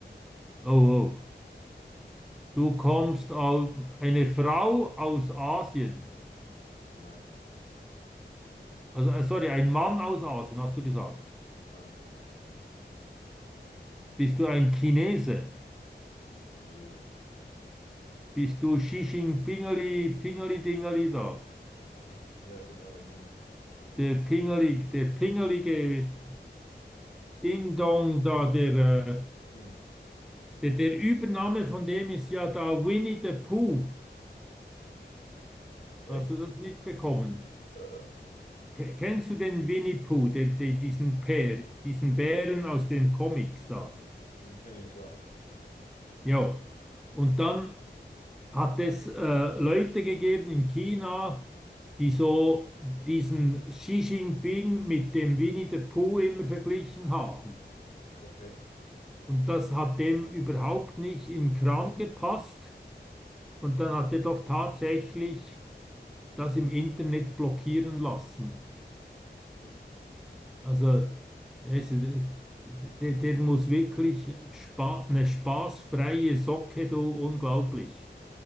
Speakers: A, in the centre; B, on the left.
A: Oh, oh. Du kommst aus eine Frau aus Asien.
B: nein,
A: Also, äh, sorry, ein Mann aus Asien, hast du gesagt.
B: Mann, genau.
A: Bist du ein Chinese?
B: Jo.
A: Bist du Xi Jinpingeli, Pingeli Dingeli da?
B: <laughs> Ja, genau, der bin ich.
A: Der Pingeli, der Pingelige Ding Dong da, der, äh,
B: Ding.
A: der,
B: Oder-
A: der Übername von dem ist ja da Winnie the Pooh.
B: Echt?
A: Hast du das mitbekommen?
B: Äh, äh.
A: Ke- Kennst du den Winnie Pooh, den, den, diesen Bär, diesen Bären aus den Comics da?
B: Den kenne ich, ja.
A: Ja. Und dann hat es äh, Leute gegeben in China, die so diesen Xi Jinping mit dem Winnie the Pooh immer verglichen haben.
B: Okay.
A: Und das hat dem überhaupt nicht in den Kram gepasst. Und dann hat er doch tatsächlich das im Internet blockieren lassen.
B: <laughs>
A: Also, es, der, der muss wirklich spa eine spaßfreie Socke, du, unglaublich.